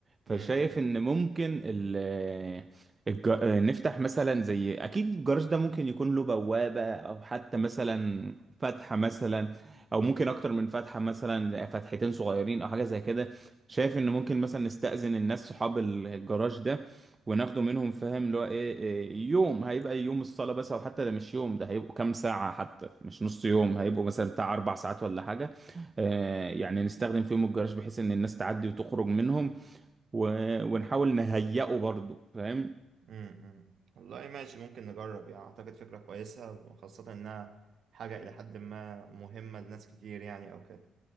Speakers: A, on the right; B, on the right.
A: مم،
B: فشايف
A: مم،
B: ان ممكن ال آه، الج- آه، نفتح مثلا زي اكيد الجراج ده ممكن يكون له بوابة او حتى مثلا فتحة مثلا او ممكن اكتر من فتحة مثلا فتحتين صغيرين او حاجة زي كده شايف ان ممكن مثلا نستأذن الناس صحاب الجراج ده وناخده منهم فاهم اللي هو ايه إيه، يوم هيبقى يوم الصلاة بس او حتى ده مش يوم ده هيبقوا كام ساعة حتى مش نص
A: مم،
B: يوم هيبقوا مثلا بتاع اربع ساعات ولا حاجة آه يعني نستخدم فيهم الجراج بحيث ان الناس تعدي وتخرج منهم و... ونحاول نهيئه برضو فاهم
A: مم، مم. والله ماشي ممكن نجرب يعني أعتقد فكرة كويسة خاصة إنها حاجة إلى حد ما مهمة لناس كتير يعني أو كده